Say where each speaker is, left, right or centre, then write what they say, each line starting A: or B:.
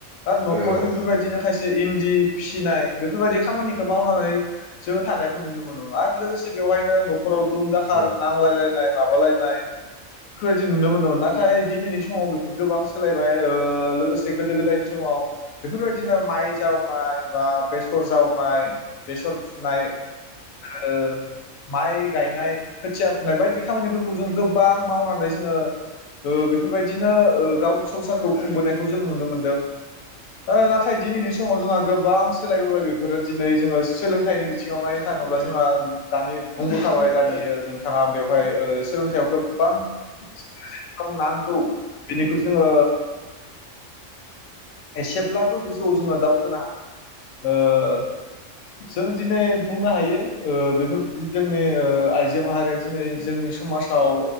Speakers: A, on the left; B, on the left.
A: आरो न'खरनि
B: औ
A: बेफोरबायदिनो
B: औ
A: खायसे इनदि फिसि फिसिनाय बेफोरबायदि खामानिखौ मावनानै जोङो थानायखौ नुनो मोनोमोन आरो लोगोसे बेवहायनो न'खराव दुम दाखाल
B: औ
A: नांलायलायनाय माबालाय नाय बेफोरबायदि नुनो मोनदोंमोन नाथाय दिनैनि समाव बे गोबां सोलायबाय ओ लोगोसे गोदो गोदायनि समाव बेफोरबायदिनो माइ जावनाय बा बेसर जावनाय बेसर फुनाय ओ माइ गायनाय खोथिया फुनाय बायदि खामानिफोरखौ जों गोबां मावनानै जोङो ओ बेफोरबायदिनो ओ गावनि संसारखौ खुंबोनायखौ जों नुनो मोनदों ओ नाथाय दिनैनि समाव जोंहा गोबां सोलायबोबाय बेफोरो दिनै जोङो सोलोंथाइनि बिथिङाव नायनो थाङोब्ला जोंहा दानि बुंबोखाबाय दानि नोंथाङा बेवहाय ओ सोलोंथाइयाव गोबां जेसेबां नांगौ बेनिख्रुय जोङो एसेब्लाबो गोजौआव जोङो दावखोनो जों दिनै सुफुंनो हायो बेफोरबायदि जोंनि आइजो माहारिया दिनै जोंनि समाजाव